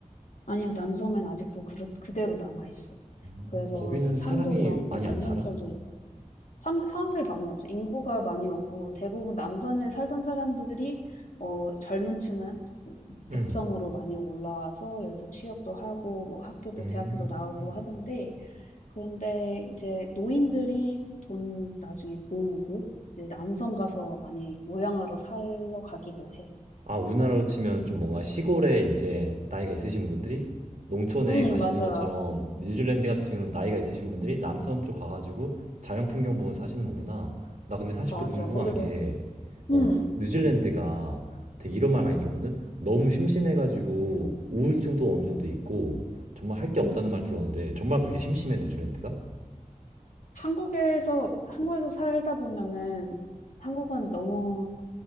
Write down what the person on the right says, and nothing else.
음,
거기는
사람이
많이
안 살아?
응.
음.
아, 우리나라로 치면 좀 뭔가 시골에 이제 나이가 있으신 분들이 농촌에
가시는
것처럼 뉴질랜드 같은 경우는 나이가 있으신 분들이 남섬 쪽 가가지고 자연 풍경 보면서 사시는 거구나. 나 근데 사실
또 궁금한
게, 어,
뉴질랜드가 되게 이런 말 많이 들었거든? 너무 심심해가지고 우울증도 어느 정도 있고 정말 할 게 없다는
말 들었는데 정말 그렇게 심심해, 뉴질랜드가?